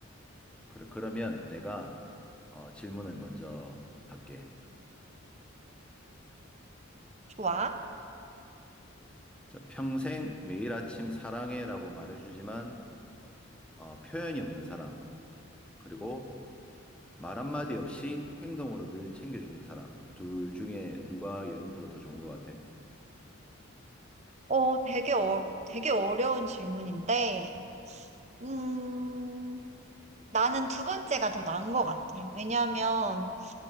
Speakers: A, in the centre; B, on the right (about 30°).
A: 그래, 그러면 내가 어, 질문을 먼저 할게.
B: 좋아?
A: 자, 평생 매일 아침 사랑해라고 말해주지만 어, 표현이 없는 사람, 그리고 말 한마디 없이 행동으로 늘 챙겨주는 사람, 둘 중에 누가 연인으로 더 좋은 것 같아?
B: 어, 되게 어, 되게 어려운 질문인데, 음, 나는 두 번째가 더 나은 것 같아. 왜냐하면,